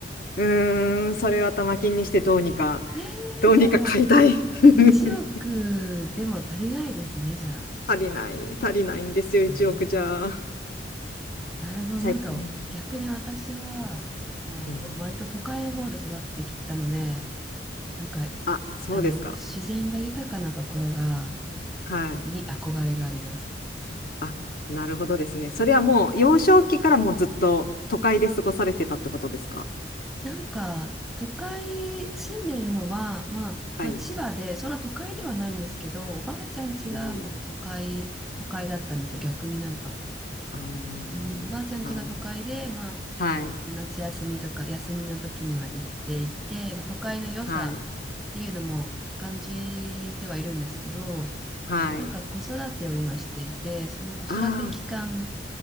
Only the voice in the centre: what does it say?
えじゃあもう
1億でも足りないですね、じゃあ。
うーん、なるほど。
なんか逆に私は、まあ、
と割と都会の方で育ってきたので、なんか
あの自然が豊かなところが
に憧れがあります。
なんか、都会、住んでいるのは、まあ、
まあ、千葉で、
そんな都会ではないんですけど、おばあちゃん家が、
まあ、都会、都会だったんですよ、逆になんか。
うん、おばあちゃん家が都会で、まあ、
夏休みとか、休みの時には行っていて、まあ、都会の良さっていうのも感じてはいるんですけど、
なんか子育てを今していて、
その子育て期間